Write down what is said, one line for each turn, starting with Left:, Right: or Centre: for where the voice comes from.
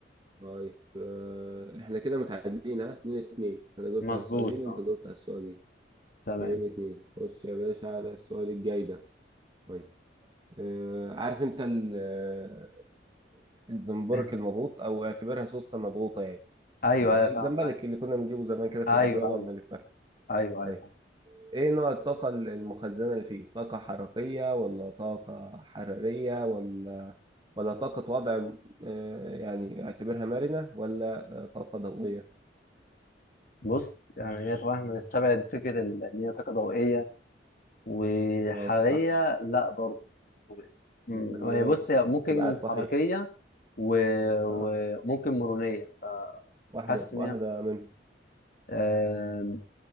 Right: طيب آه، احنا كده متعادلين ها 2 2 انا جاوبت
Left: مظبوط
Right: على السؤالين وانت
Left: اه
Right: جاوبت على السؤالين
Left: تمام
Right: 2 2 خش يا باشا على السؤال الجاي ده طيب آه، عارف انت ال- آه، الزنبرك
Left: <clears throat>
Right: المضغوط او اعتبرها سوسته مضغوطه يعني
Left: ايوه
Right: الزمبلك
Left: ايوه فاهم ايوه
Right: اللي كنا بنجيبه زمان كده في
Left: ايوه
Right: العربية نقعد
Left: ايوه
Right: نلفها
Left: ايوه
Right: طيب
Left: ايوه فاهم
Right: ايه نوع الطاقة المخزنة اللي فيه طاقة حركية ولا طاقة حرارية ولا ولا طاقة وضع آه، يعني اعتبرها مرنة ولا آه، طاقة ضوئية
Left: بص يعني هي طبعا احنا نستبعد فكره ال- ان هي طاقه ضوئيه وحرارية
Right: ماشي صح
Left: لا برضو و- م-
Right: ماشي
Left: هي بص هي ممكن
Right: استبعاد صحيح
Left: حركية و- وممكن
Right: اه
Left: مرونية
Right: واحدة
Left: حاسس
Right: واحدة
Left: ان هي
Right: منهم
Left: آم،